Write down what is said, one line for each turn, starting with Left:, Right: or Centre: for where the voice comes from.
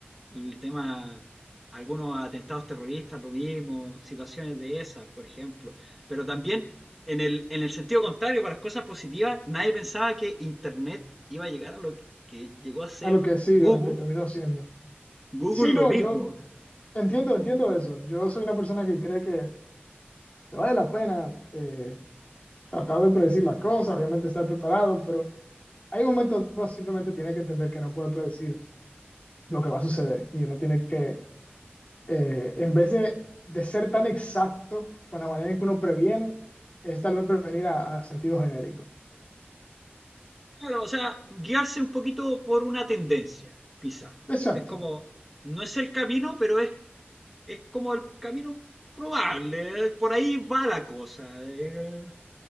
Centre: El tema, algunos atentados terroristas, lo mismo, situaciones de esas, por ejemplo. Pero también, en el, en el sentido contrario, para las cosas positivas, nadie pensaba que Internet iba a llegar a lo que llegó a ser
Left: a lo que sigue,
Centre: Google.
Left: a lo que terminó siendo.
Centre: Google
Left: Sí, no,
Centre: lo mismo.
Left: yo entiendo, entiendo eso. Yo soy una persona que cree que, que vale la pena eh, tratar de predecir las cosas, obviamente estar preparado, pero hay momentos donde uno simplemente tiene que entender que no puede predecir lo que va a suceder y uno tiene que, eh, en vez de, de ser tan exacto con la manera en que uno previene, es tal vez prevenir a, a sentido genérico.
Centre: Claro, o sea, guiarse un poquito por una tendencia, quizás.
Left: Exacto.
Centre: Es como, no es el camino, pero es es como el camino probable, eh, por ahí va la cosa, eh,